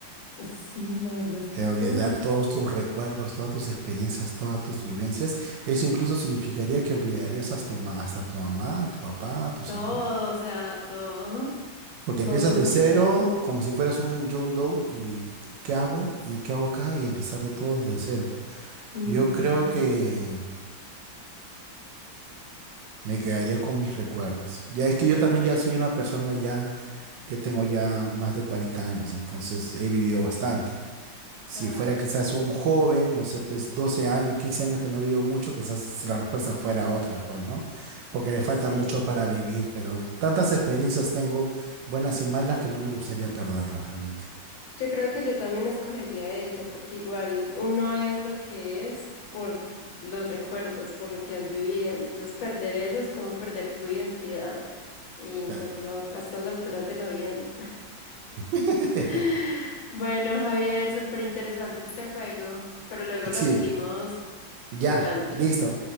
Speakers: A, on the left; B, on the right.
A: Sí, la verdad es que
B: Eh, olvidar
A: sí.
B: todos tus recuerdos, todas tus experiencias, todas tus vivencias. Eso incluso significaría que olvidarías hasta, ma- hasta tu mamá, tu papá, tus
A: Todo,
B: hermanos.
A: o sea, todo.
B: Porque
A: Todo
B: empiezas
A: lo
B: de
A: que
B: cero,
A: tú eres.
B: como si fueras un John Doe, y ¿qué hago? ¿Y qué hago acá? Y empezar de todo desde cero.
A: Ujú.
B: Yo creo que me quedaría con mis recuerdos. Ya es que yo también ya soy una persona ya que tengo ya más de 40 años, entonces he vivido bastante. Si
A: Ah,
B: fuera quizás un joven, no sé, pues 12 años, 15 años que no ha vivido mucho, quizás si la respuesta fuera otra, pues, ¿no? Porque le
A: sí.
B: falta mucho para vivir, pero tantas experiencias tengo, buenas y malas, que no me gustaría perderlas realmente.
A: Yo creo que yo también escogería esa, porque igual uno es lo que es por los recuerdos, por lo que has vivido. Entonces, perder eso es como perder tu identidad. Y
B: Claro.
A: pues no, a estas alturas de la vida no.
B: <laughs>
A: <laughs> Bueno, Javier, súper interesante este juego, pero luego lo
B: Sí,
A: seguimos
B: ya,
A: jugando.
B: listo,